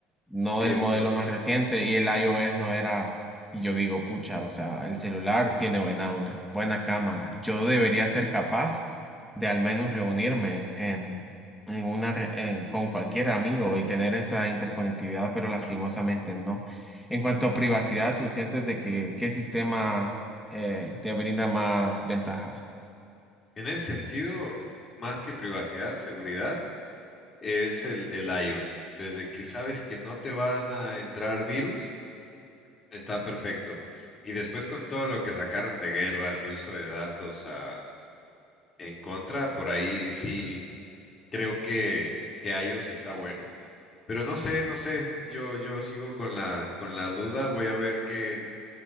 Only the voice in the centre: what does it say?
no
del modelo
más reciente y el iOS no era, y yo digo, pucha, o sea, el celular tiene buen audio, buena cámara, yo debería ser capaz de al menos reunirme en, en una, re- en- con cualquier amigo y tener esa interconectividad, pero lastimosamente no. En cuanto a privacidad, ¿tú sientes de que qué sistema eh, te brinda más ventajas?